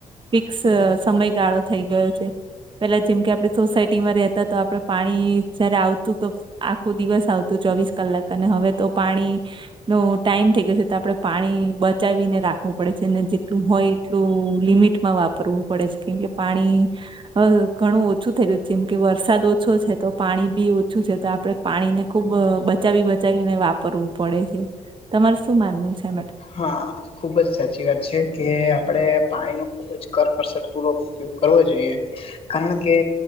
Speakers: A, on the right (about 35°); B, on the left (about 40°).
A: ફિક્સ સમયગાળો થઈ ગયો છે. પેલા જેમ કે આપડી સોસાયટીમાં રહેતા તો આપડે પાણી જયારે આવતું તો આખું દિવસ આવતું ચોવીસ કલાક અને હવે તો પાણી નો ટાઈમ થઈ ગયો છે તો આપડ પાણી બચાવીને રાખવું પડે છે અને જેટલું હોય એટલું લિમિટમાં વાપ ફરવું પડે છે કેમ કે પાણી હ ઘણું ઓછું થઈ રહું છે જેમ કે વરસાદ ઓછો છે તો પાણી બી ઓછું છે તો આપડે પાણી ને ખુબ બચાવી બચાવીને વાપરવું પડે છે તમાર શું માનવું છે એ માટે
B: હા ખુબ જ સાચી વાત છે કે આપણે પાણી ન ખુબ જ કરકસટ પૂરો તો કરવો જોઈએ કારણ કે